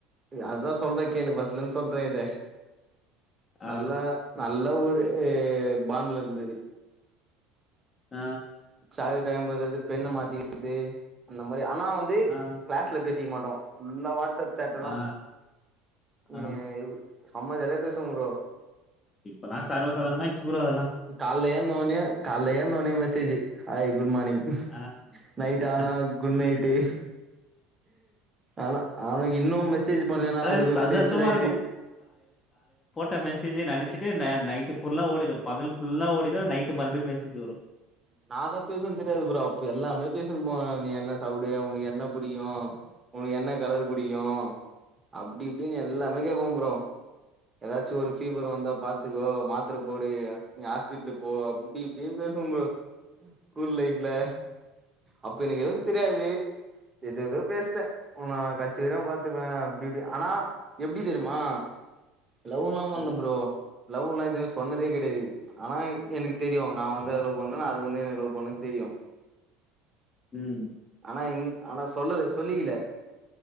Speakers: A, on the right; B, on the left.
A: அதா சொல்ற கேளு ஃபஸ்லேந்து சொல்ற இது
B: ஆ.
A: நல்லா நல்ல ஒரு ஏ பான்ட்ல இருந்துது
B: ஆ
A: சாக்லேட் வாய்ம் போறது பெண்ண மாத்திக்கெற்து அந்த மாரி ஆனா வந்து
B: ஆ.
A: க்ளாஸ்ல பேசிக்க மாட்டோ ஃபுல்லா வாட்ஸ்ஸப் சாட்டு
B: ஆ.
A: தா
B: ஆ.
A: ஏ செம்ம ஜாலியா பேசுவோம் ப்ரோ
B: இப்பல்லா சர்வ சாதாரணமாயிருச்சி ப்ரோ அதெல்லா
A: கால்ல ஏந்த ஒன்னே கால்ல ஏந்த ஒன்னே மெசேஜி ஹாய் குட் மானிங்
B: ஆ.
A: நைட்
B: ஆ.
A: ஆனா குட் நைட்டு ஆனா ஆ இன்னு மெசேஜ் பண்லேன்னா
B: அதாவது
A: அதுக்கு ஒரு
B: சந்தோஷமா
A: டென்ஷன் ஆயிட்டு
B: ட மெசேஜே நெனச்சிட்டே ந நைட்டு ஃபுல்லா ஓடிரு பகல் ஃபுல்லா ஓடிரு நைட்டு மறுப்டியு மெசேஜு வரு
A: நா தா பேசுவன் தெரியாது ப்ரோ அப்ப எல்லாமே பேசுவம் ப்ரோ நீ என்ன சாப்புடுவ ஒனக்கு என்ன புடிக்கு ஒனக்கு என்ன கலரு புடிக்கு அப்டி இப்டின்னு எல்லாமே கேப்பம் ப்ரோ ஏதாச்சு ஒரு ஃபீவர் வந்தா பாத்துக்கோ மாத்துர போடு நீ ஹாஸ்பிட்லுக் போ அப் டி இப்டின் பேசுவம் ப்ரோ ஸ்கூல் லைஃப்ல அப்ப எனக்கு எதுவுந் தெரியாது ஏதே ஏதோ பேஸ்ட்ட ஒன்ன கட்ஸி வர பாத்துப்ப அப்டி இப்டி ஆனா எப்டி தெரிமா லௌலா பண்ல
B: ஆ.
A: ப்ரோ லவ்வுல்லா இதுவரையு சொன்னதே கெடையாது ஆனா எனக்கு தெரியு நா வந்து அத லவ் பண்ண அது வந்து என்ன லவ் பண்ணு தெரியு
B: ம்
A: ஆனா என் ஆனா சொல்லல சொல்லிக்கில